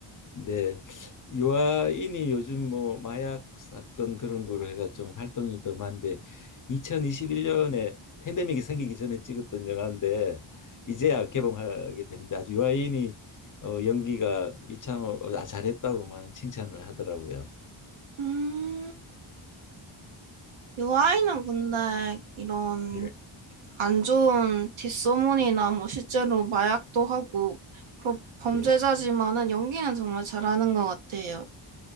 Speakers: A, on the left; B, on the right.
A: 네. 유아인이 요즘 뭐 마약 사건 그런 거로 해가 좀 활동이 더 많은데 2021년에 팬데믹이 생기기 전에 찍었던 영화인데 이제야 개봉하게 되는데 아주 유아인이 어, 연기가 이창호 어, 아, 잘했다고 많은 칭찬을 하더라고요.
B: 음, 이 아이는 근데 이런
A: 예.
B: 안 좋은 뒷소문이나 뭐 실제로 마약도 하고 그런 범죄자지만은
A: 예.
B: 연기는 정말 잘하는 것 같아요.